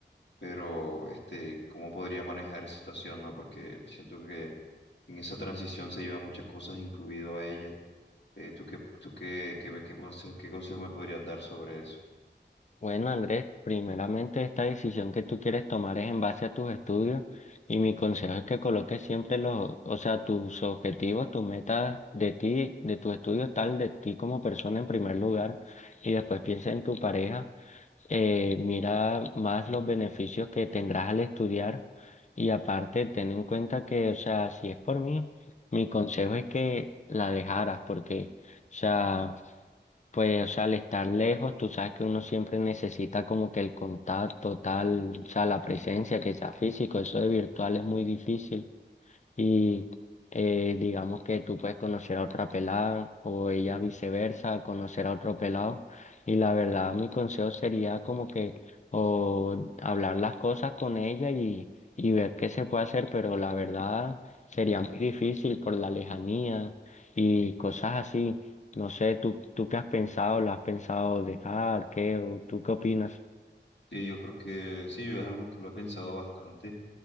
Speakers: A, on the left; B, on the left.
A: pero este, ¿cómo podría manejar esa situación, no? Porque siento que en esa transición se lleva muchas cosas, incluido a ella. Eh, ¿tú qué, tú qué, qué, me- qué consejo, qué consejo me podrías dar sobre eso?
B: Bueno, Andrés, primeramente esta decisión que tú quieres tomar es en base a tus estudios y mi consejo es que coloques siempre los, o sea, tus objetivos, tus metas de ti, de tus estudios, tal de ti como persona en primer lugar y después piensa en tu pareja. eh, mira más los beneficios que tendrás al estudiar y aparte ten en cuenta que, o sea, si es por mí, mi consejo es que la dejaras porque, o sea, pues, o sea, al estar lejos, tú sabes que uno siempre necesita como que el contacto tal, o sea, la presencia que sea físico, eso de virtual es muy difícil. Y eh, digamos que tú puedes conocer a otra pelada o ella viceversa, conocer a otro pelado. Y la verdad, mi consejo sería como que o hablar las cosas con ella y, y ver qué se puede hacer, pero la verdad sería muy difícil por la lejanía y cosas así. No sé, ¿tú, tú qué has pensado? ¿Lo has pensado dejar? ¿Qué? ¿O tú qué opinas?
A: Sí, yo creo que sí, es algo que lo he pensado bastante,